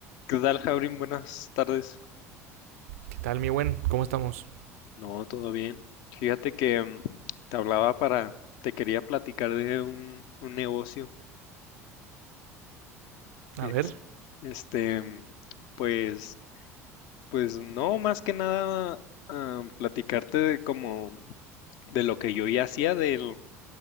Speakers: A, on the left (about 55°); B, on the right (about 65°).
A: ¿Qué tal, Jaurim? Buenas tardes.
B: ¿Qué tal, mi buen? ¿Cómo estamos?
A: No, todo bien. Fíjate que mm, te hablaba para, te quería platicar de un, un negocio. Es,
B: A ver.
A: este, mm, pues, pues no, más que nada ah, platicarte de como de lo que yo ya hacía del